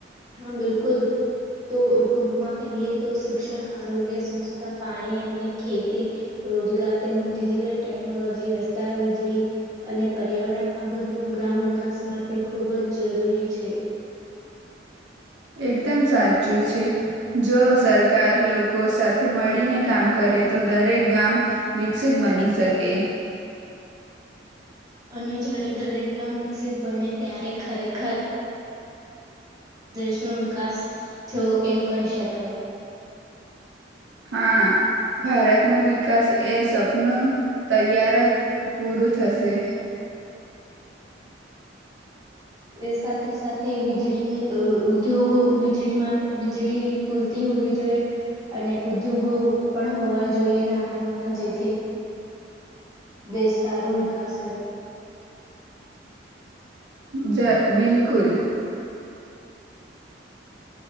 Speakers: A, on the right; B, on the right.
A: હા બિલકુલ તો ટૂંકમાં કહીએ તો શિક્ષણ આરોગ્ય સ્વચ્છતા પાણી અને ખેતી રોજગાર તેમજ ડિજિટલ ટેકનોલોજી રસ્તા વીજળી અને પર્યાવરણ આ બધું ગ્રામ વિકાસ માટે ખૂબ જ જરૂરી છે.
B: એકદમ સાચું છે જો સરકાર લોકો સાથે મળીને કામ કરે તો દરેક ગામ વિકસિત બની શકે.
A: અને જ્યારે દરેક ગામ વિકસિત બને ત્યારે ખરેખર દેશનો વિકાસ થયો એમ કહી શકાય.
B: હા ભારતનું વિકાસ એ સપનું તૈયાર જ પૂરું થશે.
A: એ સાથે સાથે વીજળીને ઉદ્યોગો વીજળીમાં વીજળી પૂરતી હોવી જોઈએ અને ઉદ્યોગો પણ હોવા જોઈએ નાના નાના જેથી દેશ સારો વિકાસ કરે
B: જ બિલકુલ